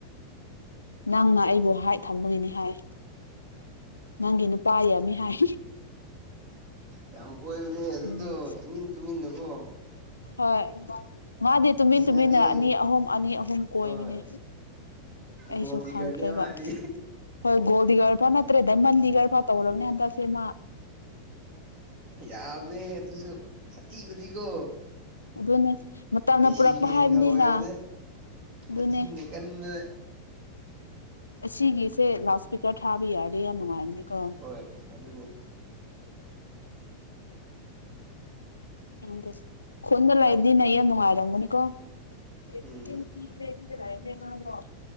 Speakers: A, on the left; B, on the right.
A: ꯅꯪꯅ ꯑꯩꯕꯨ ꯍꯥꯏꯠ ꯊꯝꯕꯒꯤꯅꯤ ꯍꯥꯏ ꯅꯪꯒꯤ ꯅꯨꯄꯥ ꯌꯥꯝꯃꯤ ꯍꯥꯏ
B: ꯌꯥꯝ ꯀꯣꯏꯕꯅꯦ ꯑꯗꯨ
A: ꯎꯝ
B: ꯗꯣ ꯇꯨꯃꯤꯟ ꯇꯨꯃꯤꯟꯅꯀꯣ ꯑꯣ
A: ꯍꯣꯏ ꯃꯥꯗꯤ ꯇꯨꯃꯤꯟ ꯇꯨꯃꯤꯟꯅ
B: ꯅꯠꯇꯦ
A: ꯑꯅꯤ ꯑꯍꯨꯝ ꯑꯅꯤ ꯑꯍꯨꯝ ꯀꯣꯏꯕꯅꯦ
B: ꯍꯣꯏ
A: ꯑꯩꯁꯨ
B: ꯒꯣꯜ ꯗꯤꯒꯔꯅꯦ
A: ꯈꯪꯈ꯭ꯔꯦꯕ
B: ꯃꯥꯗꯤ
A: ꯍꯣꯏ ꯒꯣꯜ ꯗꯤꯒꯔ ꯐꯥꯎ ꯅꯠꯇ꯭ꯔꯦ ꯗꯥꯏꯃꯟ ꯗꯤꯒꯔ ꯐꯥꯎ ꯇꯧꯔꯕꯅꯦ ꯍꯟꯗꯛꯁꯦ ꯃꯥ
B: ꯌꯥꯕꯅꯦ ꯑꯗꯨꯁꯨ ꯁꯥꯊꯤꯕꯗꯤꯀꯣ
A: ꯗꯨꯅꯦ ꯃꯇꯝꯅ
B: ꯃꯦꯁꯤ
A: ꯄꯨꯔꯛꯄ
B: ꯐꯦꯟꯒ
A: ꯍꯥꯏꯕꯅꯤꯅ
B: ꯑꯣꯏꯕꯅꯦ
A: ꯑꯗꯨꯅꯦ
B: ꯃꯆꯤꯟꯅ ꯀꯟꯕꯅꯦ
A: ꯑꯁꯤꯒꯤꯁꯦ ꯂꯥꯎꯠ ꯏꯁꯄꯤꯀꯔ ꯊꯥꯕ ꯌꯥꯔꯗꯤ ꯌꯥꯝ ꯅꯨꯡꯉꯥꯏꯒꯅꯤꯀꯣ
B: ꯍꯣꯏ ꯑꯗꯨꯅꯦ
A: <unintelligible> ꯈꯨꯟꯗ ꯂꯥꯏꯕꯗꯤ ꯅ ꯌꯥꯝ ꯅꯨꯡꯉꯥꯏꯔꯝꯒꯅꯤꯀꯣ <unintelligible>
B: ꯎꯝ
A: ꯈꯨꯟꯗ ꯂꯥꯏꯕꯅꯦ ꯃꯗꯣ